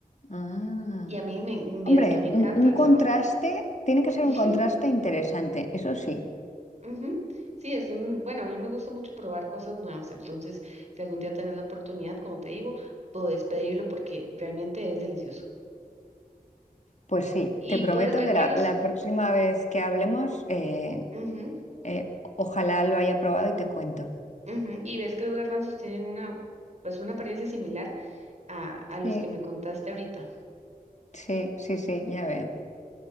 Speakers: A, on the left; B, on the right.
A: Ah.
B: Y a mí me, vieras
A: Hombre,
B: que me encanta
A: un, un
B: el
A: contraste,
B: sabor.
A: tiene que ser
B: <laughs>
A: un contraste interesante, eso sí.
B: Ujú. Sí, es un, bueno, a mí me gusta mucho probar cosas nuevas, entonces si algún día tenés la oportunidad, como te digo, podés pedirlo porque realmente es delicioso.
A: Pues sí,
B: Y
A: te prometo
B: puedes ver
A: que la,
B: que los,
A: la próxima vez que hablemos, eh,
B: ujú,
A: eh, ojalá lo haya probado y te cuento.
B: Ujú, Y ves que los garbanzos tienen una, pues una apariencia similar a, a los
A: Sí,
B: que me contaste ahorita.
A: sí, sí, sí, ya veo.